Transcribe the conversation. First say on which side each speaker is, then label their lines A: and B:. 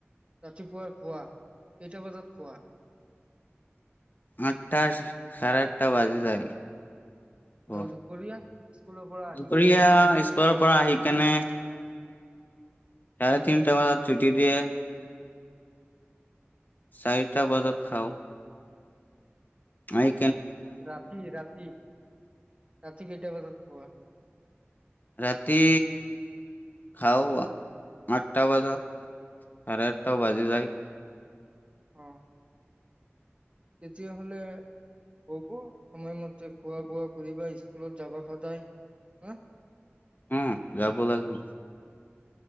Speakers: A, on the right; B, on the left.
A: ৰাতিপুৱাৰ খোৱা কেইটা বজাত খোৱা।
B: আঠটা চাৰে, আঠটা বাজি যায়। অ',
A: আৰু দুপৰীয়া স্কুলৰ পৰা আহি
B: দুপৰীয়া
A: খোৱা ন
B: স্কুলৰ পৰা আহি কেনে চাৰে তিনটা বজাত ছুটি দিয়ে। চাৰিটা বজাত খাওঁ। আই।
A: ৰাতি ৰাতি। ৰাতি কেইটা বজাত খোৱা।
B: ৰাতি খাওঁ আঠটা বজাত চাৰে আঠটাও বাজি যায়।
A: অ'। তেতিয়াহলে হ'ব সময়মতে খোৱা বোৱা কৰিব স্কুলত যাবা সদায় হা
B: হম যাব লাগিব।